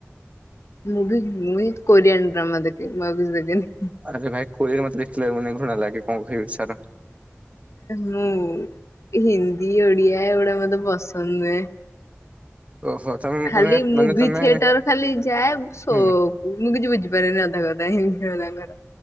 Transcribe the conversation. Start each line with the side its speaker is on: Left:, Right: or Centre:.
Left: ମୁଁ ବି ମୁଁ କୋରିଆନ୍ ଡ୍ରାମା ଦେଖି ମୁଁ ଆଉ କିଛି ଦେଖିନି
Right: ଆରେ ଭାଇ କୋରିଅର ମତେ ଦେଖିଲେ ମାନେ ଘୃଣା ଲାଗେ କଣ କହିବି ବି ଚାର
Left: ମୁଁ ହିନ୍ଦୀ ଓଡ଼ିଆ ଏଡା ମତେ ପସନ୍ଦ ନୁହେଁ।
Right: ଓହୋ ତମେ
Left: ଖାଲି
Right: ମାନେ
Left: ମୁଭି
Right: ମାନେ ତମେ
Left: ଥିଏଟର ଖାଲି ଯାଏ ସୋ
Right: ହୁଁ।
Left: ମୁଁ କିଛି ବୁଝିପାରିନି ଅଧା କଥା ହିଁ ଖ ଦଙ୍ଗର